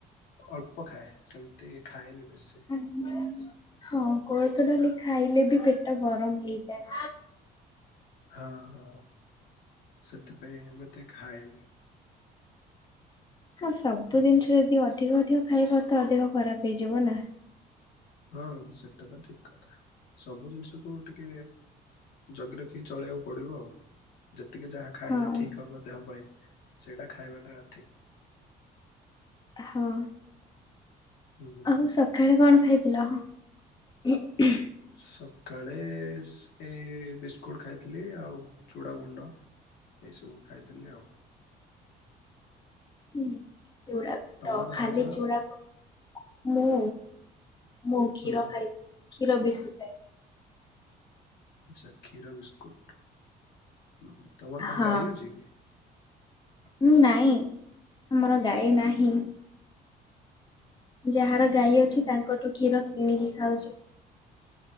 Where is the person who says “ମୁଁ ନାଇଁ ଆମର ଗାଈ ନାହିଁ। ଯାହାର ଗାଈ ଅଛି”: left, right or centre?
Left